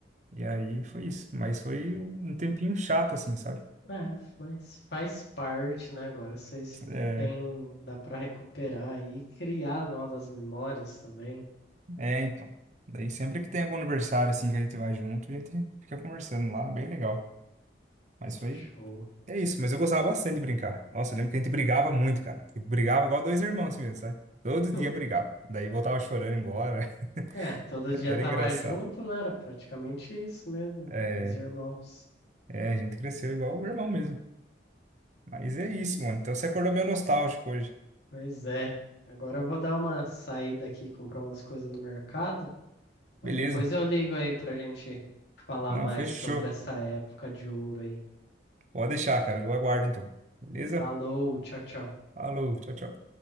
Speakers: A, on the right; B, on the left.
A: E aí foi isso. Mas foi um tempinho chato, assim, sabe?
B: É, mas faz parte, né? Agora vocês
A: É,
B: têm, dá para recuperar e criar novas memórias também.
A: É, então. Daí sempre que tem algum aniversário assim que a gente vai junto, a gente fica conversando lá, bem legal. Mas foi.
B: Show.
A: É isso, mas eu gostava bastante de brincar. Nossa, eu lembro que a gente brigava muito, cara. Tipo, brigava igual dois irmãos assim mesmo, sabe? Todo
B: Hum.
A: dia brigava. Daí voltava chorando embora. <laughs>
B: É, todo
A: Era
B: dia tava
A: engraçado.
B: junto, né? Era praticamente isso mesmo,
A: É,
B: dois irmãos.
A: é, a gente cresceu igual o irmão mesmo. Mas é isso, mano. Então você acordou meio nostálgico hoje.
B: Pois é. Agora eu vou dar uma saída aqui, comprar umas coisas no mercado, mas
A: Beleza.
B: depois eu ligo aí pra gente falar
A: Não,
B: mais
A: fechou.
B: sobre essa época de ouro aí.
A: Pode deixar, cara. Eu aguardo então. Beleza?
B: Falou, tchau, tchau.
A: Falou, tchau, tchau.